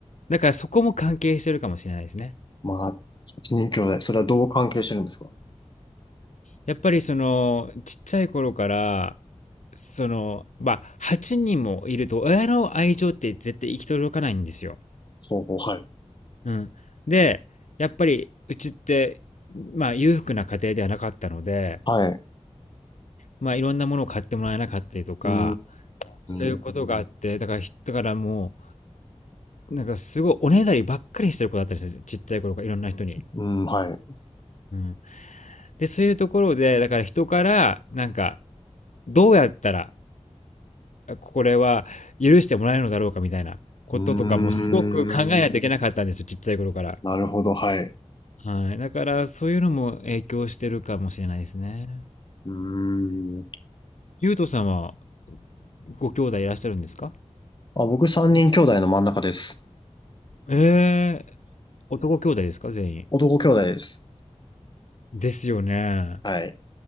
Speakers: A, on the left; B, on the left.
A: だからそこも関係してるかもしれないですね。
B: まあ、8人兄弟。それはどう関係してるんですか
A: やっぱりそのちっちゃい頃からそのまあ8人もいると親の愛情って絶対行き届かないんですよ。
B: ほうほう、はい。
A: うん、でやっぱりうちってまあ裕福な家庭ではなかったので
B: はい。
A: まあいろんなものを買ってもらえなかったりとか
B: うー
A: そういうことがあってだからだからも
B: ん。
A: うなんかすごいおねだりばっかりしてる子だったりするちっちゃい頃からいろんな人に。
B: うん、はい。
A: うん、でそういうところでだから人からなんかどうやったらこれは許してもらえるのだろうかみたいなこととかもすごく考えないといけなかったんですよ、
B: うーん。
A: ちっちゃい頃から。
B: なるほど、はい。う
A: はい。だからそういうのも影響してるかもしれないですね。
B: ーん。
A: ゆうとさんはご兄弟いらっしゃるんですか
B: あ、僕三人兄弟の真ん中です。
A: ええー男兄弟ですか全員。
B: 男兄弟です。
A: ですよね。
B: はい。